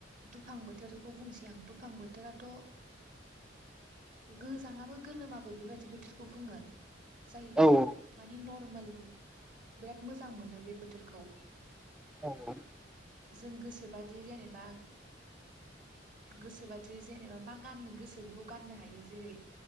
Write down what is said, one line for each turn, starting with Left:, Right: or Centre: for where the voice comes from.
Right: दुफां बोथोरखौ बुंसै आं दुफां बोथोराथ' गोजाङाबो गोलोमाबो बेबायदि बोथोरखौ बुङो जाय
Centre: औ
Right: माने नरमेल बिराद मोजां मोनो बे बोथोरखौ
Centre: औ नंगौ
Right: जों गोसोबादि जेनेबा गोसोबादि जेनेबा मा गाननो गोसो बेखौ गाननो हायो जेरै